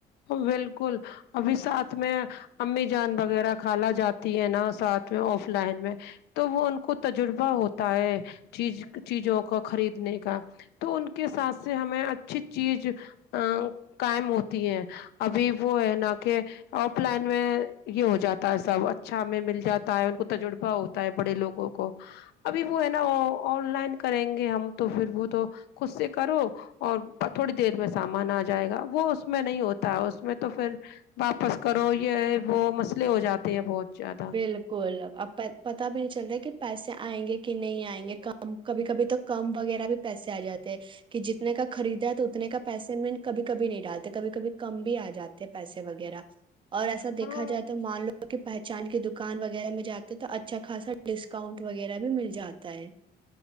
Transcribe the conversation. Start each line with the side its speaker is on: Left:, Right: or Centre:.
Left: بالکل ابھی ساتھ میں امی جان وغیرہ کھالا جاتی ہے نا ساتھ میں آف لائن میں تو وہ ان کو تجربہ ہوتا ہے چیز چیزوں کو خریدنے کا تو ان کے ساتھ سے ہمیں اچھی چیز ا قائم ہوتی ہے ابھی وہ ہے نا کہ آف لائن میں یہ ہو جاتا ہے سب اچھا میں مل جاتا ہے ان کو تجربہ ہوتا ہے بڑے لوگوں کو ابھی وہ ہے نا آن لائن کریں گے ہم تو پھر وہ تو خود سے کرو اور تھوڑی دیر میں سامان آ جائے گا وہ اس میں نہیں ہوتا اس میں تو پھر واپس کرو یہ وہ مسئلے ہو جاتے ہیں بہت زیادہ
Right: بالکل آپ پت بھی نہیں چلتے کہ پیسے آئیں گے کہ نہیں آئیں گے کم کبھی کبھی تو کم وغیرہ بھی پیسے آ جاتے ہیں کہ جتنے کا خریدا ہے تو اتنے کا پیسے میں کبھی کبھی نہیں ڈالتے کبھی کبھی کم بھی آ جاتے پیسے وغیرہ اور ایسا دیکھا
Left: ہاں
Right: جائے تو مان لو اوک بائ <unintelligible> پہچاند کی دکان وغیرہ میں جاتے تو اچھا خاصا ڈسکاؤنٹ وغیرہ بھی مل جاتا ہے